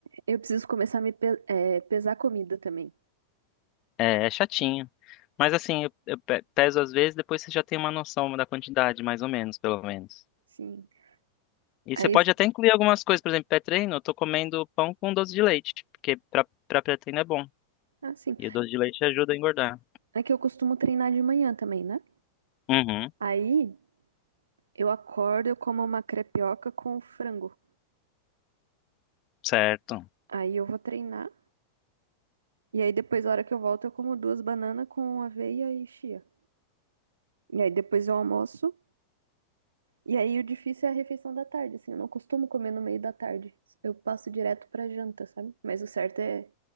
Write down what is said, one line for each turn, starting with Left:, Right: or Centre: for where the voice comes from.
Right: Eu preciso começar a me pe- é, pesar comida também.
Left: É, é chatinho, mas assim, eu, eu pe- peso às vezes, depois você já tem uma noção da quantidade, mais ou menos, pelo menos.
Right: Sim.
Left: E
Right: Aí,
Left: você pode até incluir algumas coisas, por exemplo, pré-treino, eu tô comendo pão com doce de leite, porque para para pré-treino é bom.
Right: ah, sim.
Left: E o doce de leite ajuda a engordar.
Right: É que eu costumo treinar de manhã também, né?
Left: Uhum,
Right: Aí eu acordo, eu como uma crepioca com frango.
Left: certo.
Right: Aí eu vou treinar. E aí depois, na hora que eu volto, eu como duas bananas com aveia e chia. E aí depois eu almoço. E aí o difícil é a refeição da tarde, assim, eu não costumo comer no meio da tarde. Eu passo direto pra janta, sabe? Mas o certo é